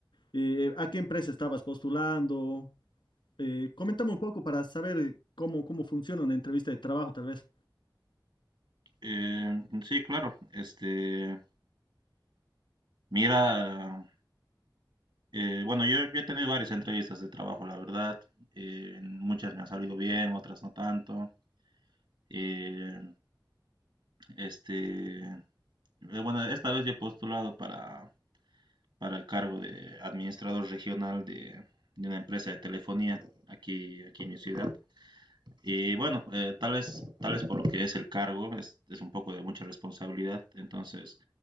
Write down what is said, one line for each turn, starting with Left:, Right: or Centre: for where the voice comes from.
Left: eh, a qué empresa estabas postulando. Eh, coméntame un poco para saber cómo, cómo funciona una entrevista de trabajo, tal vez.
Right: Eh, sí, claro, este, mira, eh, bueno, yo he tenido varias entrevistas de trabajo, la verdad. Eh, en muchas me han salido bien, otras no tanto. Eh, este, eh, bueno, esta vez yo he postulado para, para el cargo de administrador regional de, de una empresa de telefonía aquí, aquí en mi ciudad. Y bueno, eh, tal vez, tal vez por lo que es el cargo, es, es un poco de mucha responsabilidad, entonces